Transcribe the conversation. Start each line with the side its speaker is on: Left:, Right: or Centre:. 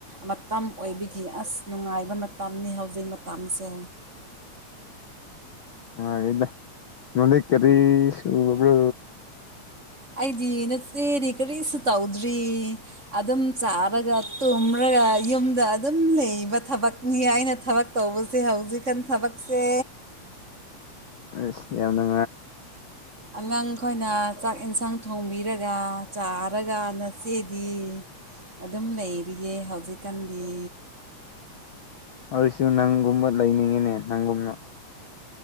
Right: ꯃꯇꯝ ꯑꯣꯏꯕꯤꯒꯤ ꯑꯁ ꯅꯨꯡꯉꯥꯏꯕ ꯃꯇꯝꯅꯤ ꯍꯧꯖꯤꯛ ꯃꯇꯝꯁꯦ
Left: ꯑ ꯏꯗ ꯅ ꯀꯔꯤꯁꯨ ꯑꯣꯕ
Right: ꯑꯩꯗꯤ ꯅꯠꯇꯦꯗꯤ ꯀꯔꯤꯁꯨ ꯇꯧꯗ꯭ꯔꯤ ꯑꯗꯨꯝ ꯆꯥꯔꯒꯨꯝ ꯔꯒ ꯌꯨꯝꯗ ꯑꯗꯨꯝ ꯂꯩ ꯊꯕꯛꯅꯤ ꯍꯥꯏꯅ ꯊꯕꯛ ꯇꯧꯕꯁꯦ ꯍꯧꯖꯤꯛꯀꯥꯟ ꯊꯕꯛꯁꯦ
Left: ꯑꯁꯤ ꯌꯥꯝꯅ
Right: ꯑꯉꯥꯡꯈꯣꯏꯅ ꯆꯥꯛ ꯌꯦꯟꯁꯥꯡ ꯊꯣꯡꯕꯤꯔꯒ ꯆꯥꯔꯒ ꯅꯆꯦꯗꯤ ꯑꯗꯨꯝ ꯂꯩꯔꯤꯌꯦ ꯍꯧꯖꯤꯛꯀꯥꯟꯗꯤ
Left: ꯋꯥꯔꯤꯁꯨ ꯅꯪꯒꯨꯝꯕ ꯂꯩꯅꯤꯡꯉꯤꯅꯦ ꯅꯪꯒꯨꯝꯅ